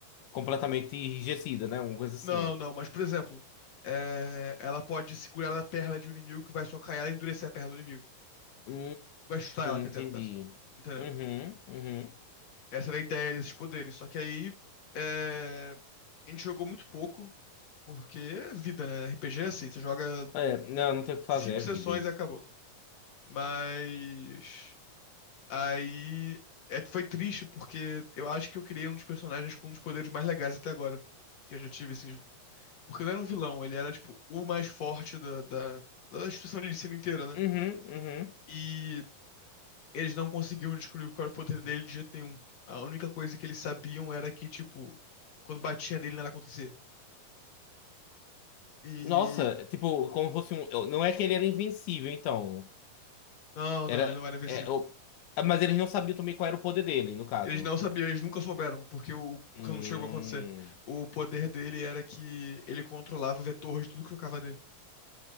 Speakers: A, on the left (about 80°); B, on the left (about 60°).
A: completamente enrijecida, né? Alguma coisa assim.
B: Não, não, mas por exemplo, é, ela pode segurar na perna de um inimigo que vai socar ela e endurecer a perna do inimigo.
A: Hum,
B: Vai chutar ela, quer
A: entendi.
B: dizer, no caso. Entendeu?
A: Uhum, uhum.
B: Essa era a ideia desses poderes. Só que aí é, a gente jogou muito pouco, porque é vida, né? RPG é assim, você joga
A: É, não, não tem o que fazer,
B: cinco
A: é vida.
B: sessões
A: isso.
B: e acabou. Mas aí é, foi triste, porque eu acho que eu criei um dos personagens com um dos poderes mais legais até agora. Que eu já tive, assim, Porque não era um vilão, ele era, tipo, o mais forte da, da, da instituição de ensino inteira, né?
A: Uhum, uhum.
B: E eles não conseguiam descobrir qual era o poder dele de jeito nenhum. A única coisa que eles sabiam era que, tipo, quando batia nele, nada acontecia. E.
A: Nossa, tipo, como fosse um. eu- Não é que ele era invencível, então.
B: Não,
A: Era.
B: não, ele não era invencível.
A: É, o- ah, Mas eles não sabiam também qual era o poder dele, no caso.
B: Eles não sabiam, eles nunca souberam, porque, o, porque
A: Hum,
B: não chegou a acontecer. O poder dele era que ele controlava o vetor de tudo que tocava nele.